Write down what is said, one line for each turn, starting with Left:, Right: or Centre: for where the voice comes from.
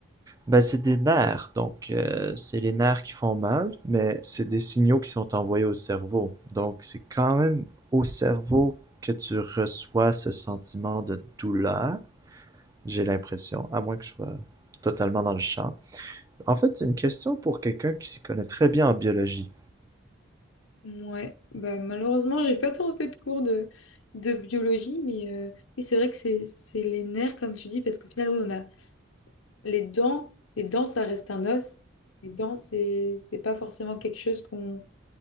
Right: ben, c'est des nerfs, donc euh, c'est les nerfs qui font mal, mais c'est des signaux qui sont envoyés au cerveau. Donc c'est quand même au cerveau que tu reçois ce sentiment de douleur, j'ai l'impression, à moins que je sois totalement dans le champ, En fait, c'est une question pour quelqu'un qui s'y connaît très bien en biologie.
Left: Ouais, bah, malheureusement, j'ai pas <laughs> trop fait de cours de, de biologie, mais, euh, mais c'est vrai que c'est c'est les nerfs, comme tu dis, parce qu'au final, oui, on a Les dents, les dents, ça reste un os. Les dents, c'est c'est pas forcément quelque chose qu'on